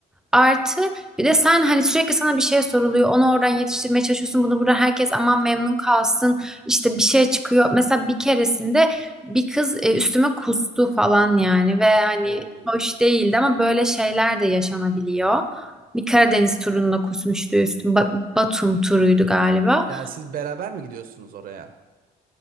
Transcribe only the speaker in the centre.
Artı bir de sen hani sürekli sana bir şey soruluyor. Onu oradan yetiştirmeye çalışıyorsun. Bunu burada herkes aman memnun kalsın. İşte bir şey çıkıyor. Mesela bir keresinde bir kız e, üstüme kustu falan yani ve hani
hoş değildi ama böyle şeyler de yaşanabiliyor. Bir Karadeniz turunda kusmuştu üstüm. Ba- Batum turuydu galiba.